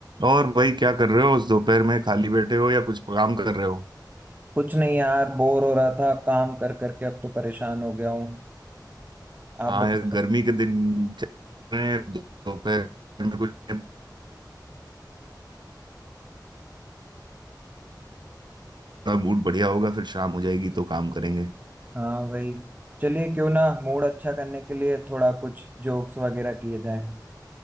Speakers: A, on the right; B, on the right.
A: और भाई क्या कर रहे हो उस दोपहर में खाली बैठे हो या कुछ काम कर रहे हो
B: कुछ नहीं यार बोर हो रहा था काम कर करके अब तो परेशान हो गया हूँ आप
A: हाँ
B: बताओ
A: यार गर्मी के दिन चल रहे हैं, दोपहर में कुछ का मूड बढ़िया होगा फिर शाम हो जाएगी तो काम करेंगे
B: हाँ वही चलिए क्यों ना मूड अच्छा करने के लिए थोड़ा कुछ जोक्स वगैरह किए जाए